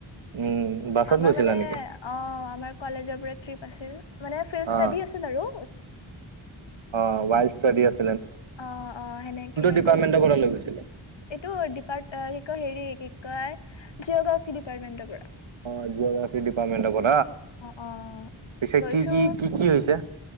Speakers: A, on the right (about 80°); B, on the left (about 70°).
A: উম বাছত
B: আমাৰ
A: গৈছিলা
B: মানে
A: নেকি?
B: অ আমাৰ কলেজৰ পৰা টিৰিপ আছিল মানে ফিল ইচটাদী
A: অ
B: আছিল আৰু
A: অ ৱাইল্ড ষ্টাডি আছ
B: অ অ সেনেকে
A: ডিপাৰ্টমেন্টৰ
B: গৈছো
A: পৰা লৈ গৈছিলে?
B: এইটো ডিপাৰ্ট হেৰি এক এক জিঅগ্ৰাফি ডিপ্টমেন্টৰ পৰা
A: অ জিঅ'গ্ৰাফিক ডিপাৰ্টেণ্ট পৰা
B: অ অ
A: পিছে
B: গৈছো
A: কি কি কি কি হৈছে?